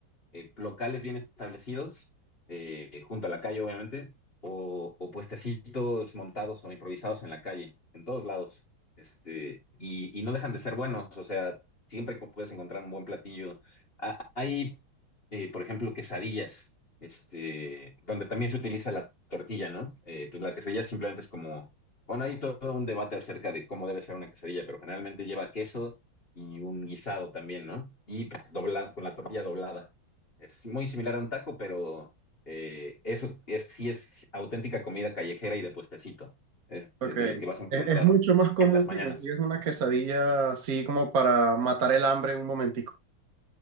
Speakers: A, on the left; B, on the right.
A: eh, locales bien establecidos, eh, junto a la calle, obviamente, o, o puestecitos montados o improvisados en la calle, en todos lados. Este, y, y no dejan de ser buenos, o sea, siempre co- puedes encontrar un buen platillo. Ah, hay, eh, por ejemplo, quesadillas, este, donde también se utiliza la tortilla, ¿no? Eh, pues la quesadilla simplemente es como bueno, hay todo un debate acerca de cómo debe ser una quesadilla, pero generalmente lleva queso y un guisado también, ¿no? Y pues dobla, con la tortilla doblada. Es muy similar a un taco, pero eh, eso es, sí es auténtica comida callejera y de puestecito, eh,
B: Ok.
A: de
B: Es,
A: lo que vas a encontrar
B: es mucho
A: pues,
B: más común
A: en las mañanas.
B: que consigues una quesadilla así como para matar el hambre en un momentico.